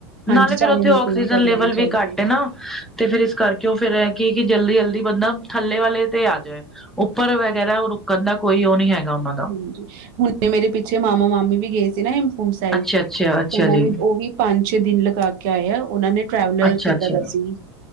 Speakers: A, on the right; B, in the centre.
A: ਹਾਂਜੀ
B: ਨਾਲੇ
A: ਚਾਨਣੇ
B: ਫੇਰ ਉੱਥੇ ਆਕਸੀਜਨ
A: ਤੇ ਹੀ ਕਰ
B: ਲੇਵਲ
A: ਲੈਣੀ ਚਾਹੀਦੀ
B: ਵੀ ਘੱਟ
A: ਹੈ
B: ਏ ਨਾ। ਤੇ ਫੇਰ ਇਸ ਕਰਕੇ ਉਹ ਫੇਰ ਐ ਕੀ ਕਿ ਜਲਦੀ-ਜਲਦੀ ਬੰਦਾ ਥੱਲੇ ਵਾਲੇ ਤੇ ਆ ਜਾਏ। ਉੱਪਰ ਵਗੈਰਾ ਓ <unintelligible> ਕੋਈ ਓ ਨੀ ਹੈਗਾ ਉਹਨਾਂ
A: ਹਾਂਜੀ। ਹੁਣ ਤੇ ਮੇਰੇ ਪਿੱਛੇ ਮਾਮਾ-ਮਾਮੀ ਵੀ ਗਏ ਸੀ ਨਾ ਹੇਮਕੁੰਟ ਸਾਹਿਬ।
B: ਅੱਛਾ ਅੱਛਾ ਅੱਛਾ
A: ਉਹਨਾਂ
B: ਜੀ
A: ਨੇ ਉਹ ਵੀ ਪੰਜ ਛੇ ਦਿਨ ਲਗਾ ਕੇ ਆਏ ਆ। ਉਹਨਾਂ ਨੇ ਟਰੈਵਲਰ
B: ਅੱਛਾ
A: ਕੀਤਾ
B: ਅੱਛਾ
A: ਦਾ ਸੀ